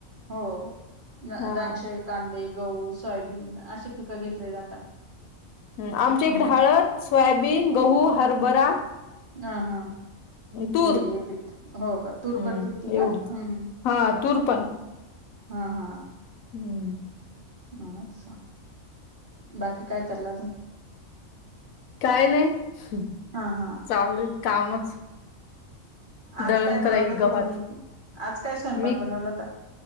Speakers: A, on the right; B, on the left.
A: हो
B: हा
A: द्राक्ष कांदे गहू सोयाबीन असे पिकं घेतले जातात.
B: हम्म आमच्या इकडे
A: हम्म
B: हळद सोयाबीन गहू हरभरा
A: अ हा
B: तूर
A: हे पिक हो का तूर
B: हम्म
A: पण पिकती
B: एवढी
A: का हम्म.
B: हा तूर पण
A: हा हा
B: हम्म.
A: असं बाकी काय चाललंय आजून?
B: काही नाही
A: हा हा
B: चालूय कामच
A: आज
B: दळण
A: काय
B: करायल
A: बनवल हो
B: गव्हात
A: तुम्ही आज काय स्वयंपाक
B: मी
A: बनवलाता?